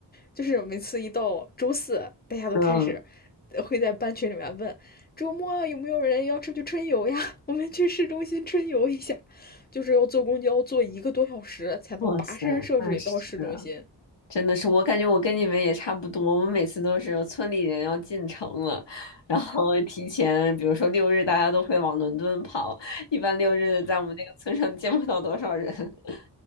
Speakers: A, on the left (about 20°); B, on the left (about 80°).
A: 就是每次一到周四，大家都开始
B: 嗯。
A: 会在班群里面问：周末有没有人要出去春游呀？<laughs> 我们去市中心春游一下。就是要坐公交坐一个多小时才能跋山涉水到市中心。
B: 哇塞，那是真的是，我感觉我跟你们也差不多。我们每次都是有村里人要进城了，然后提前，比如说六日，大家都会往伦敦跑。一般六日在我们那个村上见不到多少人，<laughs>